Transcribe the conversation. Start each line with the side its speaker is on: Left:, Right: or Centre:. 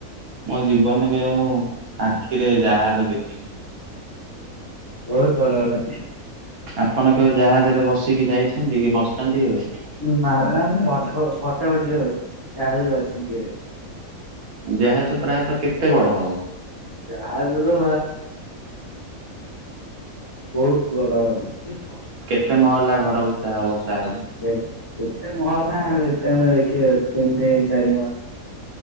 Right: ମୋ ଜୀବନରେ କେ ମୁଁ ଆଖିରେ ଜାହାଜ ଦେଖିନି।
Left: ବହୁତ ବଡ ବଡ
Right: ଆପଣ କେବେ ଜାହାଜରେ ବସିକି ଯାଇଛନ୍ତି କି ବସିଚନ୍ତି କେବେ?
Left: ନା ନା ଭଟ ଭ ଭଟରେ ବସିଛି ଜାହଜ ରେ ବସିନି କେବେ।
Right: ଜାହାଜ ପ୍ରାୟତଃ କେତେ ବଡ ହବ?
Left: ଜାହାଜ ତ ଭାଇ ବହୁତ ବଡ ହବ
Right: କେତେ ମହଲା ଘର ଉଚା ହବ? ଜାହାଜ?
Left: କେତ କେତେ ମହଲା ଏତେ ଆମେ ଦେଖିବା ତିନି ଚାରି ମହଲା।